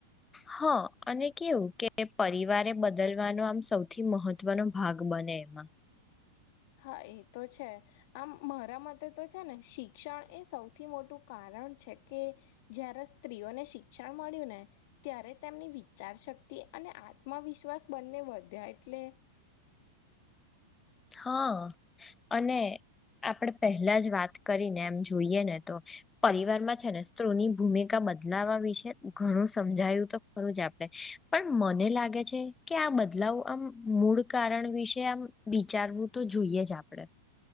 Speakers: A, on the left; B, on the left.
A: હ અને કેવું કે પરિવારે બદલવાનો આમ સૌથી મહત્વનો ભાગ બને એમાં
B: હા એ તો છે આમ મારા મતે તો ને શિક્ષણ એ સૌથી મોટું કારણ છે કે જયારે સ્ત્રીઓને શિક્ષણ મળે ને ત્યારે તેમની વિચાર શક્તિ અને આત્મવિશ્વાસ બંને વધ્યા એટલે
A: હા અને આપણે પહેલા જ વાત કરીને એમ જોઈએ ને તો પરિવારમાં છે ને સ્તુની ભૂમિકા બદલાવા વિશે ઘણું સમજાયું તો ખરું જ આપણે પણ મને લાગે છે કે આ બધ બદલાવ આમ મૂળ કારણ વિશે આમ વિચારવું તો જોઈએ જ આપડે